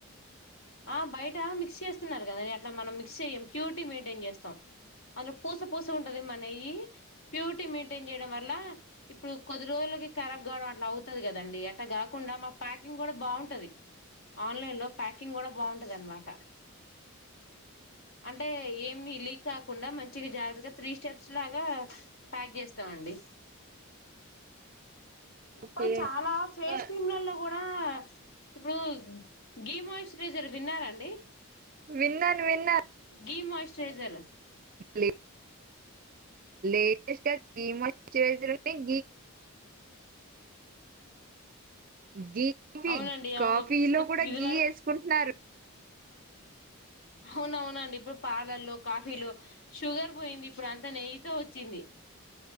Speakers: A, on the left; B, on the right.
A: ఆ బయట మిక్స్ చేస్తున్నారు కదండి అట్ల మనం మిక్స్ చేయ్యం ప్యూరిటీ మెయింటైన్ చేస్తాం అందులో పూస పూస ఉంటది మా నెయ్యి ప్యూరిటీ మెయింటైన్ చేయడం వల్ల ఇప్పుడు కొద్ది రోజులకి ఖరాబ్ కావడం అట్లా అవుతుంది కదండి అట్ట కాకుండ మా ప్యాకింగ్ కూడా బాగుంటంది ఆన్లైన్ లో ప్యాకింగ్ కింగ్ కూడా బాగుంటదనమాట అంటే ఏమి లీక్ కాకుండా మంచి చ్చింది జాగ్రత్తగ త్రీ స్టెప్స్ లాగా ప్యాక్ చేస్తామండి ఇప్పుడు
B: ఓకే
A: చాలా ఫేస్
B: ఆ
A: క్రీమ్లలో కూడ కా ఇప్పుడు గేమ్ చరైజర్ విన్నారండి
B: విన్నాను విన్నాను
A: డిమాయి్చ్రైజర్
B: లే లేయిస్టర్ డియాయ స్చరైసర్ గి ఘీ కాఫీ
A: అవునండి
B: కాఫీలో
A: అవును ఇప్పుడు
B: కూడా
A: ఇది
B: ఘీ
A: వరకు
B: వేసుకుంటున్నారు
A: హవు అవునవునండి ఇప్పుడు పాలల్లో కాఫీలో షుగర్ పోయింది ఇప్పుడు అంతా నెయ్యితో వచ్చింది